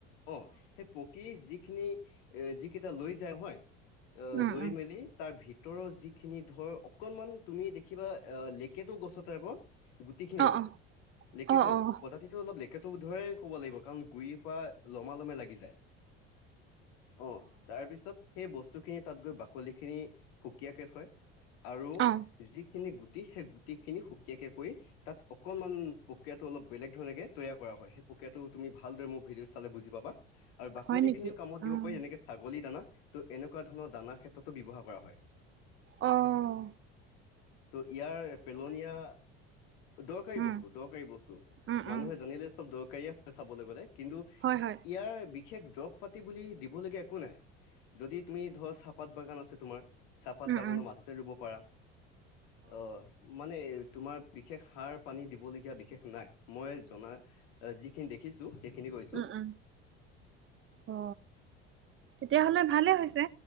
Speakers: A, on the left (about 75°); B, on the right (about 40°).
A: অ সেই পকী যি যিখিনি এ যিকেইটা লৈ যায় হয় অ
B: উম,
A: লৈ
B: উম,
A: মেলি তাৰ ভিতৰ ভিতৰৰ যিখিনি ধৰ অকনমান তুমি দেখিবা লেকেটো গছৰ টাইপৰ গুটিখিনি
B: অ',
A: ওলাই
B: অ',
A: লেকেটো
B: অ', অ',
A: প্ৰজাতিটো অলপ লেকেটো ধৰে ক'ব লাগিব কাৰণ গুৰিৰ পৰা লমা লমে লাগি যায়। অ তাৰপিছত সেই বস্তু ব খিন তাত গৈ বাকি খিনি সুকীয়া কৰে থয় আৰু
B: অ',
A: যিখিনি গুটি সেই গুটি খিনি সুকীয়াকে কৈ তাত অকমান প্ৰক্ৰিয়াটো অলপ বেলেগ ধৰণে তৈয়াৰ কৰা হয় সেই প্ৰক্ৰিয়াটো তুমি ভালদৰে মোৰ ভিডিঅ' চালে বুজি পাবা। আৰু বাকলি
B: হয় নেকি?
A: খিনিও কামত দিব
B: অ',
A: পাৰি যেনেকে ছাগলী দানা ত' এনেকুৱা ধৰণৰ দানা ক্ষেত্ৰতো ব্যৱহাৰ কৰা হয়
B: আহ
A: ত' ইয়াৰ পেলনীয়া দৰকাৰী
B: উম।
A: বস্তু মানুহে
B: উম উম
A: জেনেৰেল লিষ্টত দৰকাৰী হয় চাবলৈ গলে বিশ
B: হয় হয়
A: বিশেষ দ্ৰবৱ পাতি বুলি দিবলগীয়া একো নাই যদি তুমি ধৰ চাহপাত বাগান আছে তোমাৰ চাহপাত
B: উম
A: বাগানৰ
B: উম
A: মাজতে ৰুব পাৰা অ মানে তোমাৰ বিশেষ সাৰ পানী দিবলগীয়া বিশেষ নাই মই জনাত যিখিনি দেখিছোঁ সেইখিনি কৈছো
B: উম উম অ তেতিয়াহলে ভালে হৈছে